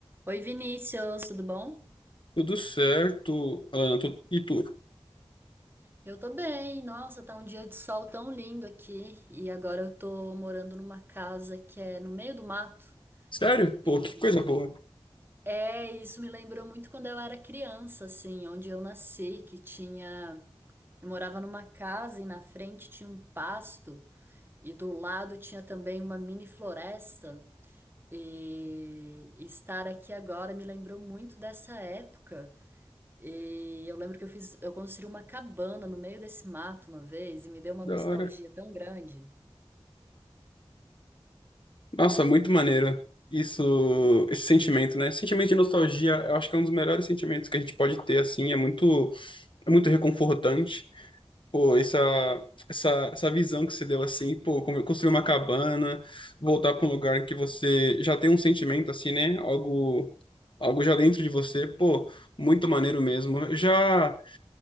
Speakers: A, on the right; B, on the left.
A: Oi, Vinícius, tudo bom?
B: Tudo certo, Alana, tu- e tu?
A: Eu tô bem. Nossa, tá um dia de sol tão lindo aqui. E agora eu tô morando numa casa que é no meio do mato.
B: Sério?
A: E
B: Pô, que coisa boa.
A: é, isso me lembrou muito quando eu era criança, assim, onde eu nasci, que tinha. Eu morava numa casa e na frente tinha um pasto, e do lado tinha também uma mini floresta. E estar aqui agora me lembrou muito dessa época. E eu lembro que eu fiz, eu construí uma cabana no meio desse mato uma vez e me deu uma
B: Da
A: nostalgia
B: hora.
A: tão grande.
B: Nossa, muito maneiro. Isso, esse sentimento, né? Sentimento de nostalgia, eu acho que é um dos melhores sentimentos que a gente pode ter, assim, é muito, é muito reconfortante. Pô, essa, essa, essa visão que você deu, assim, pô, como construir uma cabana, voltar para um lugar em que você já tem um sentimento, assim, né? Algo algo já dentro de você, pô, muito maneiro mesmo. Eu já